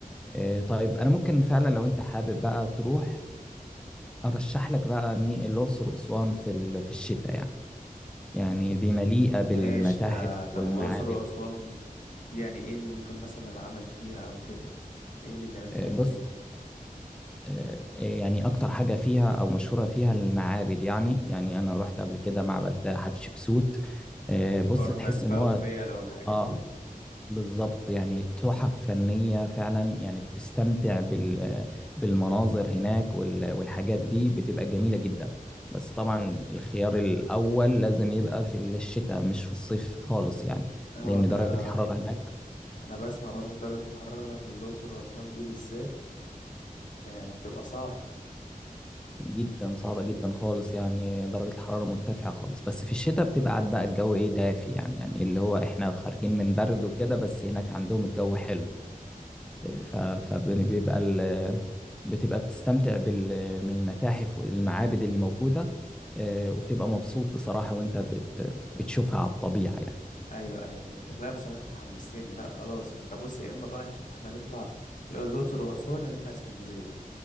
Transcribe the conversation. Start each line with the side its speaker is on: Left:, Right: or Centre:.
Centre: آه، طيب أنا ممكن فعلا لو أنت حابب بقى تروح أرشح لك بقى مي الأقصر وأسوان في ال- في الشتاء يعني يعني دي مليئة
Left: ماشي
Centre: بالمتاحف
Left: ده طب
Centre: والمعابد
Left: هو الأقصر وأسوان دي يعني ايه اللي ممكن مثلا العمل فيها او كده ايه اللي تعمل
Centre: آه،
Left: فيها
Centre: بص
Left: هناك
Centre: آه، آه، يعني أكتر حاجة فيها أو مشهورة فيها المعابد يعني يعني أنا رحت قبل كده معبد حتشبسوت آه،
Left: والكرنك
Centre: بص تحس
Left: بقى
Centre: إن هو
Left: وفيا لو الحاجات
Centre: اه
Left: دي
Centre: بالظبط يعني تحف فنية فعلا يعني بتستمتع بال بالمناظر هناك وال- والحاجات دي بتبقى جميلة جدا بس طبعا الخيار الأول لازم يبقى في الشتاء مش في الصيف خالص يعني
Left: اه
Centre: لأن
Left: ده
Centre: درجة الحرارة هناك
Left: انا بسمع برضه درجة الحرارة في الأقصر وأسوان دي بالذات يعني بتبقى صعبة
Centre: جدا صعبة جدا خالص يعني درجة الحرارة مرتفعة خالص بس في الشتاء بتبقى قاعد بقى الجو إيه دافي يعني يعني اللي هو إحنا خارجين من برد وكده بس هناك عندهم الجو حلو ف- فبيبقى ال- بتبقى بتستمتع بال من المتاحف والمعابد اللي موجودة آه، وبتبقى مبسوط بصراحة وانت بت بتشوفها على الطبيعة يعني
Left: ايوه ايوه فهمتك لا بصراحه انت حمستني لا خلاص انت بص يا اما بقى نشوف احنا نطلع يا الاقصر واسوان يا نطلع اسكندريه